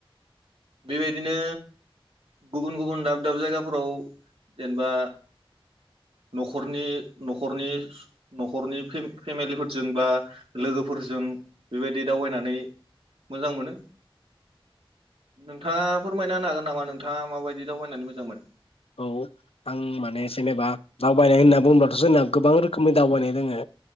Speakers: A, on the right; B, on the left.
A: बेबायदिनो गुबुन गुबुन दाब दाब जायगाफोराव जेनेबा नखरनि नखरनि नखरनि फेमिलिफोरजों बा लोगोफोरजों बेबायदि दावबायनानै मोजां मोनो नोंथांङा फोरमायना होनो हागोन नामा नोंथांङा माबायदि दावबायनानै मोजां मोनो।
B: औ आं माने जेनेबा दावबायनाय होनना बुङोबथ जोंना गोबां रोखोमनि दावबायनाय दोङो